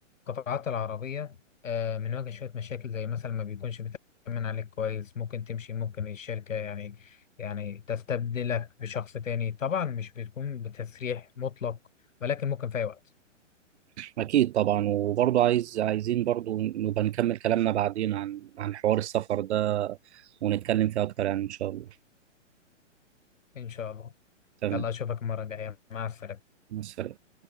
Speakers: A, on the left; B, on the right.
A: القطاعات العربية آه، بنواجه شوية مشاكل زي مثلا ما بيكونش بيتأمن عليك كويس ممكن تمشي ممكن الشركة يعني يعني تستبدلك بشخص تاني طبعا مش بتكون بتسريح مطلق ولكن ممكن في أي وقت
B: أكيد طبعا وبرضه عايز عايزين برضه نبقى نكمل كلامنا بعدين عن عن حوار السفر ده ونتكلم فيه أكتر يعني إن شاء الله
A: إن شاء الله
B: تمام
A: يلا أشوفك المرة الجاية مع السلامة
B: مع السلامة